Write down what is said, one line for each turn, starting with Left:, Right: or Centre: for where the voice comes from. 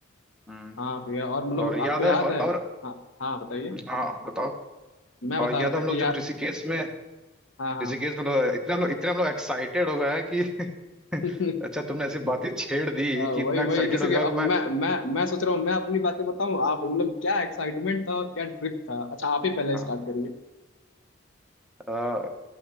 Centre: हम्म,
Left: हाँ भैया और मतलब
Centre: और याद
Left: आपको याद
Centre: है और
Left: है
Centre: और
Left: हाँ हाँ बताइए
Centre: हाँ बताओ
Left: मैं बता
Centre: और याद
Left: रहा
Centre: है
Left: था
Centre: हम
Left: कि
Centre: लोग जो
Left: यार
Centre: ऋषिकेश में
Left: हाँ हाँ
Centre: ऋषिकेश में हम लोग- इतना हम लोग इतने हम लोग एक्साइटेड हो गए हैं कि <laughs>
Left: <laughs>
Centre: अच्छा तुमने ऐसी बातें छेड़ दी
Left: अ,
Centre: कि इतना
Left: वही
Centre: एक्साइटेड
Left: वही जैसे
Centre: हो
Left: कि
Centre: गया कि
Left: अब
Centre: मैं
Left: मैं मैं मैं सोच रहा हूँ मैं अपनी बातें बताऊँ आप मतलब क्या एक्साइटमेंट था और क्या ट्रिप था अच्छा आप ही पहले
Centre: हाँ
Left: स्टार्ट करिए
Centre: अ,